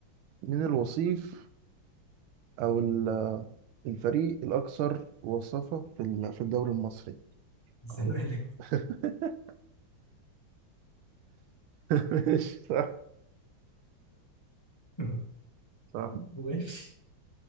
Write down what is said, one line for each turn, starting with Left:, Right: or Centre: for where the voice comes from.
Right: من الوصيف او ال- الفريق الاكثر وصفة في ال- في الدوري المصري
Left: الزمالك
Right: أو- <laughs> ماشي صح
Left: <laughs>
Right: صح
Left: ماشي